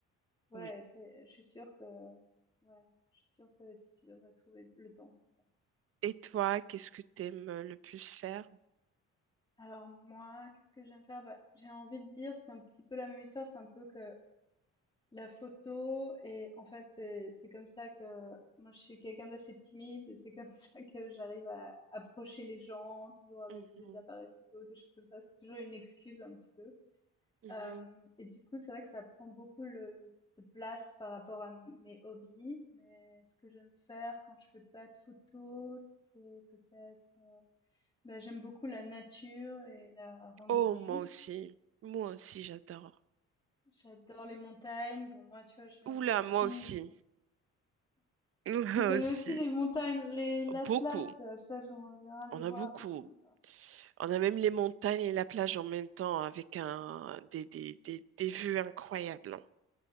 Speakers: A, on the left; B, on the right.
A: ouais,
B: Oui.
A: c'est, je suis sûre que, ouais, je suis sûre que tu devrais trouver le temps pour ça.
B: Et toi, qu'est-ce que t'aimes euh, le plus faire?
A: Alors moi, qu'est-ce que j'aime faire? Bah j'ai envie de dire c'est un petit peu la même histoire, c'est un peu que La photo et en fait c'est c'est comme ça que moi je suis quelqu'un d'assez timide et c'est comme <laughs> ça que j'arrive à approcher les gens toujours avec
B: Mhm,
A: des appareils photo des choses comme ça c'est toujours une excuse un petit peu
B: mhm.
A: Euh, et du coup c'est vrai que ça prend beaucoup le, de place par rapport à mes hobbies mais ce que j'aime faire quand je fais pas de photos c'est peut-être euh, ben, j'aime beaucoup la nature et la randonnée
B: Oh, moi aussi. Moi aussi, j'adore.
A: J'adore les montagnes. Bon, moi, tu vois, je viens
B: Oula,
A: de la Suisse,
B: moi aussi. <laughs> Moi
A: Vous avez
B: aussi.
A: aussi les montagnes, les l'Atlas,
B: Beaucoup.
A: là, ça j'aimerais bien aller
B: On
A: voir
B: a beaucoup.
A: aussi.
B: On a même les montagnes et la plage en même temps avec un, des, des, des, des vues incroyables.